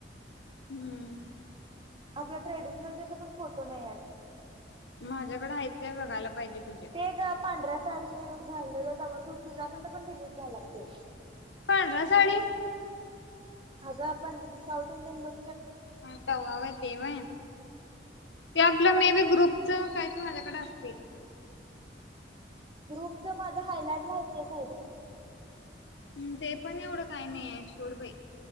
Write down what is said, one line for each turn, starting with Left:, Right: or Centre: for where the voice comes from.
Left: हम्म
Right: आपला ट्रेडिशनल चा पण फोटो नाही ह्यात
Left: माझ्याकडें आहेत काय बघायला पाहिजे तुझे
Right: ते ग पांढऱ्या साडी घालले जात व तू तुझ्याकडन पण डिलीट झालात ते
Left: पांडरा साडी
Right: अग आप साथ इंडियन ल
Left: हता हय तेव्हाय ते आपलं मे बी ग्रुप च कायच माझ्याकडे असतील
Right: ग्रुपच माझं हायलाइट लाहचच आहेत बघ
Left: हम्म ते पण एवढं काही नाही आहे शेवडबाई